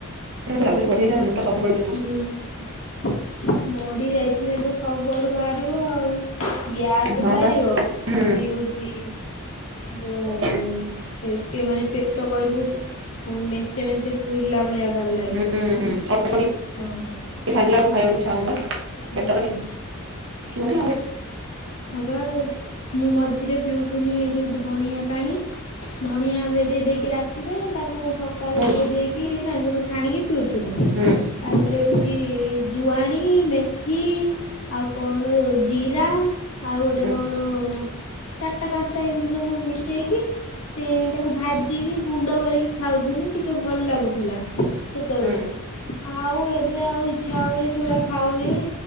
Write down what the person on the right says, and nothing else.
ମତେ ଲାଗୁଚି ବଢ଼ି ଯାଉଛି। ମୁଣ୍ଡ ସବୁ ବେଳେ ବିନ୍ଧୁଚି।
ହଁ
ବା ହୁଁ
<inaudible>
ହୁଁ ହୁଁ <inaudible>
ଖାଇଲା ଏକୁ ଖାଇବାକୁ ଇଛା ହୋଉନି ପା ଆଉ
ପେଟ ଖାଲି ଆଉ।
ହୁଁ ହୁଁ
ହୁଁ
ହୁଁ
ହୁଁ